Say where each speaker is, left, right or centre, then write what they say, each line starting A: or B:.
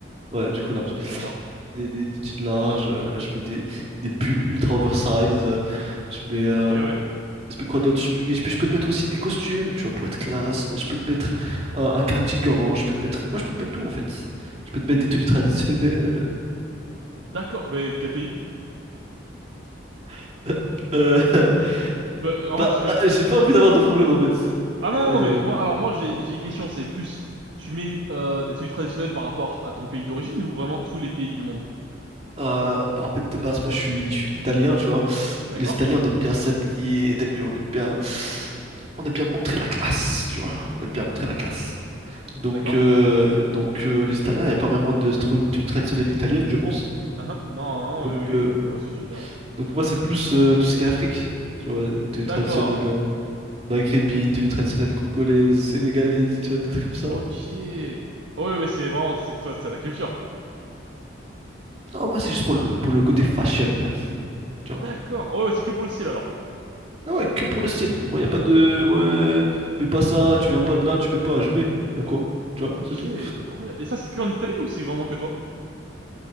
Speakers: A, on the right (about 30°); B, on the right (about 75°).
A: ouais, du coup, large.
B: D'accord.
A: Des, des, des jeans larges, euh, je mets des, des pulls ultra oversize. euh, je mets... euh,
B: Ok, ouais.
A: Mais quoi d'autre? Je, mais je peux je peux te mettre aussi des costumes, tu vois, pour être classe. Je peux te mettre un, un cardigan. Je peux te mettre. Moi, je peux te mettre tout, en fait. Je peux te mettre des tenues
B: Mhm.
A: traditionnelles.
B: D'accord, mais quel pays?
A: <laughs> Euh,
B: Bah, euh,
A: Bah,
B: en fait, je suis...
A: euh, j'ai pas envie d'avoir de problème, en fait.
B: Ah non,
A: J'ai pas
B: non,
A: envie
B: non,
A: d'avoir-
B: mais moi, alors moi, j'ai j'ai une question, c'est plus, tu mets euh, des tenues traditionnelles par rapport à ton pays d'origine ou vraiment tous les pays du monde?
A: Euh, bah, en fait, de base, moi, je suis, je suis italien, tu vois.
B: D'accord?
A: Les Italiens, on aime bien s'habiller. T'as vu, on aime bien. On aime bien montrer la classe, tu vois. On aime bien montrer la classe. Donc,
B: D'accord?
A: euh, donc euh, les Italiens, il n'y a pas vraiment de stru- tenue traditionnelle italienne, je pense.
B: Ah, ah. Non, non,
A: Donc,
B: non, oui, oui,
A: euh,
B: oui. Je vois ce que tu veux dire, oui.
A: Donc moi c'est plus euh, tout ce qui est Afrique, tu vois, tenue
B: D'accord.
A: traditionnelle euh, maghrébine, tenue traditionnelle congolaise, sénégalaise, tu vois, des trucs comme ça.
B: Ok. Oh, oui, mais c'est vraiment, c'est toi, c'est la culture.
A: Non, moi c'est juste pour le, pour le côté fashion en fait, tu
B: D'accord.
A: vois.
B: Oh, oui, c'est que pour le style, alors.
A: Ah ouais, que pour le style. Moi y a pas de ouais, mets pas ça, tu viens pas de là, tu mets pas, je mets. Y a quoi? Tu vois,
B: Ok,
A: c'est tout.
B: incroyable. Et ça, c'est que en Italie ou c'est vraiment que toi?